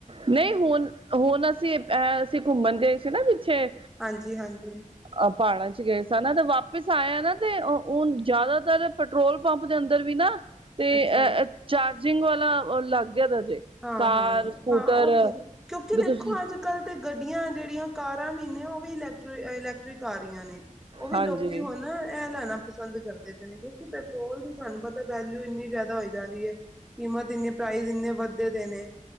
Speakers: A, on the right (about 40°); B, in the centre.
A: ਨਹੀਂ ਹੁਣ ਹੁਣ ਅਸੀਂ ਅਸੀਂ ਘੁੰਮਣ ਗਏ <inaudible> ਛੇ
B: ਹਾਂਜੀ ਹਾਂਜੀ
A: ਅ ਪਹਾੜਾਂ ਚ ਗਏ ਸ ਨਾ ਤੇ ਵਾਪਿਸ ਆਇਆ ਨਾ ਤੇ ਹੁਣ ਜ਼ਿਆਦਾਤਰ ਪੈਟਰੋਲ ਪੰਪ ਦੇ ਅੰਦਰ ਵੀ ਨਾ ਤੇ
B: ਅੱਛਾ
A: ਅ ਚਾਰਜਿੰਗ ਵਾਲਾ ਅਲੱਗ ਦਾ ਜੇ
B: ਹਾਂ
A: ਕਾਰ
B: ਹਾਂ
A: ਸਕੂਟਰ
B: ਹਾਂ ਉਹ ਤੇ ਕਿਉਂਕਿ
A: ਵੀ
B: ਦੇਖੋ
A: ਤੁਸੀਂ
B: ਅੱਜ ਕੱਲ ਤੇ ਗੱਡੀਆਂ ਜਿਹੜੀਆਂ ਕਾਰਾਂ ਵੀ ਨੇ ਉਹ ਵੀ ਇਲੈਕਟ ਇਲੈਕਟ੍ਰਿਕ ਕਾਰੀਆਂ ਨੇ ਉਹ ਵੀ
A: ਹਾਂਜੀ
B: ਲੋਕੀ ਹੁਣ ਇਹ ਲੈਣਾ ਪਸੰਦ ਕਰਦੇ ਪਏ ਨੇ ਕਿਉਂਕਿ ਪੈਟਰੋਲ ਦੀ ਤੁਹਾਨੂੰ ਪਤਾ ਵੈਲਿਊ ਇੰਨੀ ਜ਼ਿਆਦਾ ਹੋ ਜਾਂਦੀ ਹੈ ਕੀਮਤ ਇੰਨੇ ਪ੍ਰਾਈਜ਼ ਇੰਨੇ ਵ ਦੇਦੇ ਨੇ